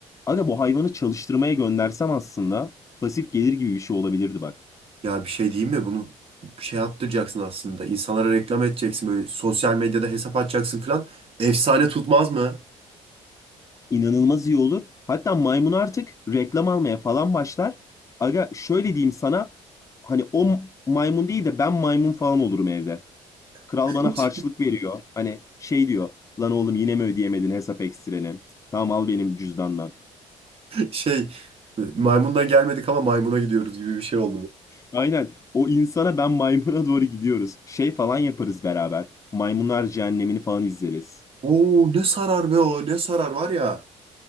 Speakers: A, on the left; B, on the right.
A: Aga bu hayvanı çalıştırmaya göndersem aslında pasif gelir gibi bir şey olabilirdi bak.
B: Ya bir şey diyeyim mi bunu bir şey yaptıracaksın aslında. İnsanlara reklam edeceksin böyle sosyal medyada hesap açacaksın falan. Efsane tutmaz mı?
A: İnanılmaz iyi olur. Hatta maymun artık reklam almaya falan başlar. Aga şöyle diyeyim sana. Hani o maymun değil de ben maymun falan olurum evde. Kral
B: <laughs>
A: bana harçlık veriyor. Hani şey diyor. Lan oğlum yine mi ödeyemedin hesap ekstreni? Tamam al benim cüzdandan.
B: Şey maymundan gelmedik ama maymuna gidiyoruz gibi bir şey oldu. bu.
A: Aynen. O insana ben maymuna doğru gidiyoruz. Şey falan yaparız beraber. Maymunlar Cehennemini falan izleriz.
B: Oo ne sarar be o ne sarar var ya.